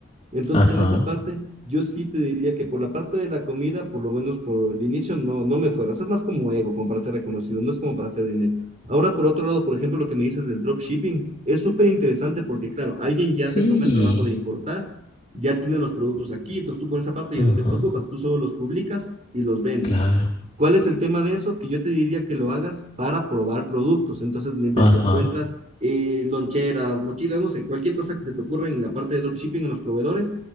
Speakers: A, on the right; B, on the left.
A: Entonces,
B: Ajá.
A: en esa parte, yo sí te diría que por la parte de la comida, por lo menos por el inicio, no, no me fuera. O sea, es más como ego, como para ser reconocido, no es como para hacer dinero. Ahora, por otro lado, por ejemplo, lo que me dices del dropshipping, es súper interesante porque, claro, alguien ya
B: Sí.
A: se toma el trabajo de importar, ya tiene los productos aquí, entonces tú por esa parte
B: Ajá.
A: ya no te preocupas, tú solo los publicas y los vendes.
B: Claro.
A: ¿Cuál es el tema de eso? Que yo te diría que lo hagas para probar productos. Entonces me invento,
B: Ajá.
A: encuentras eh, loncheras, mochilas, no sé, cualquier cosa que se te ocurra en la parte de dropshipping, en los proveedores,